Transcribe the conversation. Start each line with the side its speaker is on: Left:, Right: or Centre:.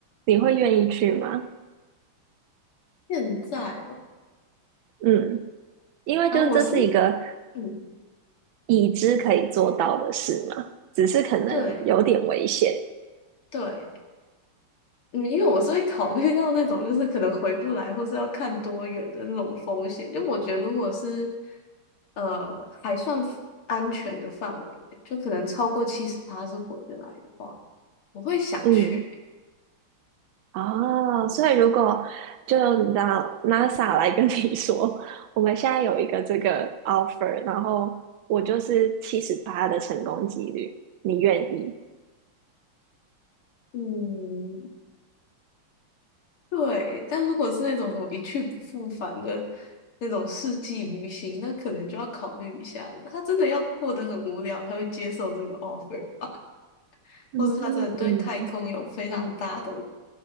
Right: 你会愿意去吗？
Left: <laughs> 现在了，
Right: 嗯。因为就是这是一个
Left: 啊，我是嗯，
Right: 已知可以做到的事嘛，只是可能有点危险。
Left: 对对，嗯，因为我是会考虑到那种就是可能回不来，或是要看多远的那种风险。就我觉得，如果是呃还算 f- 安全的范围内就可能超过七十趴是回得来的话，我会想去。
Right: 嗯，哦，所以如果就你知道 NASA 来跟你说，我们现在有一个这个 offer，然后我就是七十八的成功几率，你愿意？
Left: 嗯，对。但如果是那种什么一去不复返的那种世纪旅行，那可能就要考虑一下了。他真的要过得很无聊，他会接受这个 offer 吧？
Right: 嗯嗯，
Left: 或是他真的对太空有非常大的